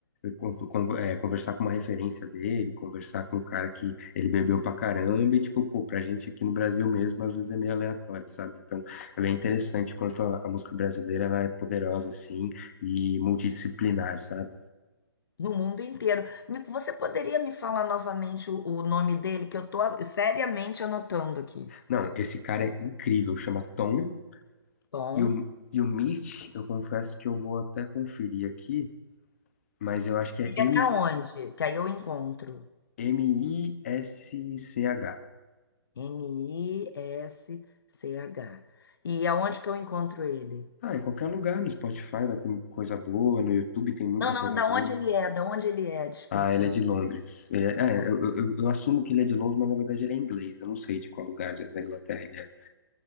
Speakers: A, on the left (about 35°); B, on the left (about 60°).
A: con- con- é, conversar com uma referência dele, conversar com um cara que ele bebeu pra caramba, e tipo, pô, pra gente aqui no Brasil mesmo, às vezes é meio aleatório, sabe? Então, é bem interessante quanto a, a música brasileira, ela é poderosa, assim, e multidisciplinar, sabe?
B: No mundo inteiro. Me- Você poderia me falar novamente o, o nome dele, que eu tô seriamente anotando aqui.
A: Não, esse cara é incrível, chama Tom,
B: Tom,
A: e o, e o Mitch, eu confesso que eu vou até conferir aqui, mas eu acho que é
B: ele
A: M,
B: é da onde? Que aí eu encontro.
A: M-I-S-C-H.
B: M-I-S-C-H. E aonde que eu encontro ele?
A: Ah, em qualquer lugar, no Spotify vai ter coisa boa, no YouTube tem muita
B: Não, não,
A: coisa
B: da
A: boa.
B: onde ele é, da onde ele é, desculpa.
A: Ah, ele é de Londres. É,
B: Bom,
A: é, eu, eu- eu assumo que ele é de Londres, mas na verdade ele é inglês. Eu não sei de qual lugar de- da Inglaterra ele é.